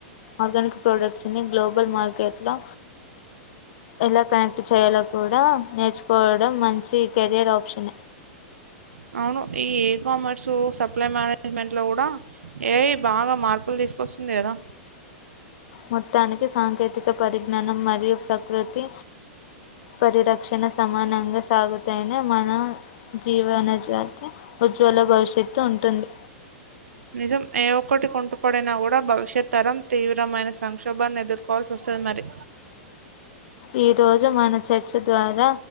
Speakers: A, on the left (about 55°); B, on the right (about 80°).
A: ఆర్గానిక్ ప్రోడక్ట్ ని గ్లోబల్ మార్కెట్ లో ఎలా కనెక్ట్ చేయాలో కూడా నేర్చుకోవడం మంచి కెరియర్ ఆప్షన్
B: మంచి అవును ఈ కామర్స్ సప్ల మేనేజ్మెంట్ లో కూడా ఏ ఐ బాగా మార్పులు తీసుకొస్తుంది కదా
A: మొత్తానికి సాంకేతిక పరిజ్ఞానం మరియు ప్రకృతి పరిరక్షణ సమానంగా సాగుతనే మన జీవన జాతి ఉజ్వల భవిష్యత్తు ఉంటుంది
B: నిజం ఏ ఒక్కటి కుంటుపడినా కూడా భవిష్యత్ తరం తీవ్రమైన సంక్షోభాన్ని ఎదుర్కోవాల్ సోస్తది మరి
A: ఈ రోజు మన చర్చ ద్వారా